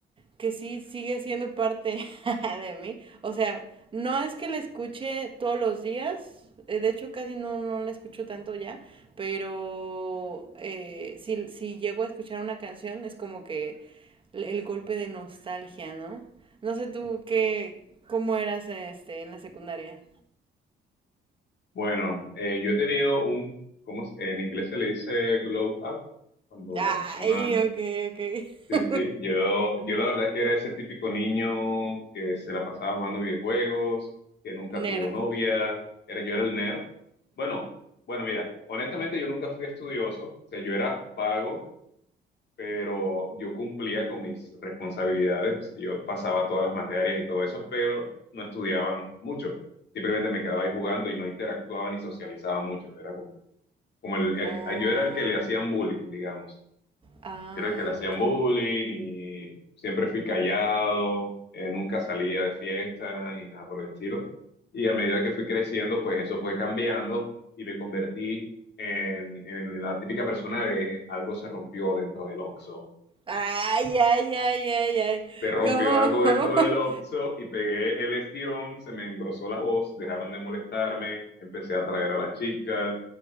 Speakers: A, on the right; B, on the left.
A: que sí sigue siendo parte <laughs> de mí. O sea, no es que la escuche todos los días, eh, de hecho casi no, no la escucho tanto ya, pero eh, si, si llego a escuchar una canción es como que el, el golpe de nostalgia, ¿no? No sé tú qué, cómo eras este, en la secundaria.
B: Bueno, eh, yo he tenido un, ¿cómo es? En inglés se le dice glow up, cuando
A: Ay,
B: la persona
A: ok, ok.
B: Sí, sí, yo, yo la verdad es que era ese típico niño que se la pasaba jugando videojuegos, que nunca
A: Nerd.
B: tuvo novia, era, yo era el nerd. Bueno, bueno, mira, honestamente yo nunca fui estudioso, o sea, yo era vago, pero yo cumplía con mis responsabilidades, o sea, yo pasaba todas las materias y todo eso, pero no estudiaba mucho, simplemente me quedaba ahí jugando y no interactuaba ni socializaba mucho, era como, como el, el-
A: Oh,
B: yo era el que le hacían bullying, digamos.
A: ay,
B: Era el que le hacían
A: ok.
B: bullying y siempre fui callado, eh, nunca salía de fiesta ni nada por el estilo. Y a medida que fui creciendo, pues eso fue cambiando y me convertí en, en la típica persona de algo se rompió dentro del Oxxo.
A: Ay, ay, ay, ay, ay.
B: Se rompió
A: ¿Cómo?
B: algo dentro
A: <laughs>
B: del Oxxo y pegué el estirón, se me engrosó la voz, dejaron de molestarme, empecé a atraer a las chicas,